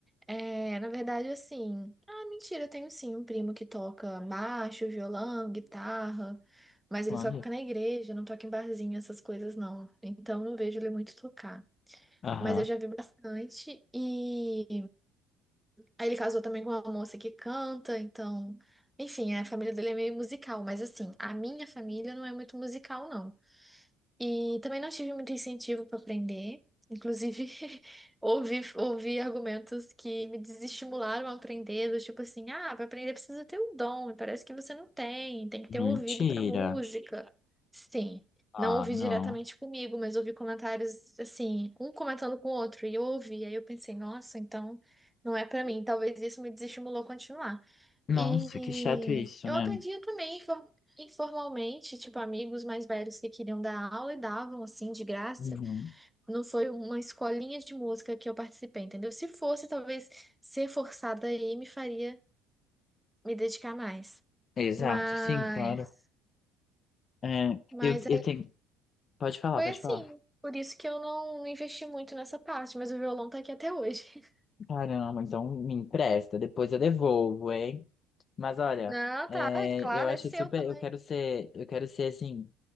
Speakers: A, in the centre; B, on the left (about 40°).
A: É, na verdade, assim. Ah, mentira, eu tenho sim um primo que toca baixo, violão, guitarra, mas ele
B: Olha.
A: toca na igreja, não toca em barzinho, essas coisas não. Então, não vejo ele muito tocar.
B: Aham.
A: Mas eu já vi bastante. E aí ele casou também com uma moça que canta, então. Enfim, a família dele é meio musical, mas assim, a minha família não é muito musical, não. E também não tive muito incentivo para aprender. Inclusive, <laughs> ouvi, ouvi argumentos que me desestimularam a aprender, do tipo assim, ah, para aprender precisa ter um dom, e parece que você não tem, tem que
B: Mentira.
A: ter um ouvido para música. Sim,
B: Ah,
A: não ouvi
B: não.
A: diretamente comigo, mas ouvi comentários assim, um comentando com o outro, e eu ouvi, aí eu pensei, nossa, então não é para mim. Talvez isso me desestimulou a continuar.
B: Nossa,
A: E
B: que chato isso,
A: eu
B: né?
A: aprendi também Informalmente, tipo, amigos mais velhos que queriam dar aula e davam, assim, de graça.
B: Uhum.
A: Não foi uma escolinha de música que eu participei, entendeu? Se fosse, talvez ser forçada aí me faria me dedicar mais.
B: Exato,
A: Mas,
B: sim, claro. É,
A: mas
B: eu, eu
A: aí
B: tenho. Pode falar,
A: foi
B: pode
A: assim.
B: falar.
A: Por isso que eu não investi muito nessa parte, mas o violão tá aqui até hoje. <laughs>
B: Caramba, então me empresta, depois eu devolvo, hein? Mas olha,
A: Não,
B: é,
A: tá, é claro,
B: eu acho
A: é seu
B: super.
A: também.
B: Eu quero ser. Eu quero ser assim.